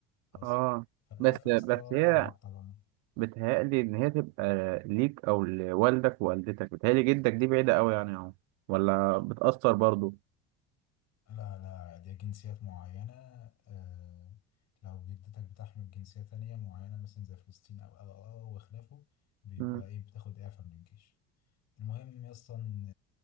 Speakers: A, on the left; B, on the right.
A: خلاص
B: اه
A: فالاعفاء
B: بس بس
A: يا اسطى
B: هي
A: معطلاني
B: بتهيألي ان هي تبقى ليك او لوالدك ووالدتك بتهيألي جدك دي بعيدة قوي يعني يا عمر ولا بتأثر برضو
A: لا لا دي جنسيات معينة آه لو جدتك بتحمل جنسية تانية معينة مثلا زي فلسطين أو أو أو أو وخلافه بيبقى
B: مم.
A: إيه بتاخد إعفاء من الجيش المهم أصلا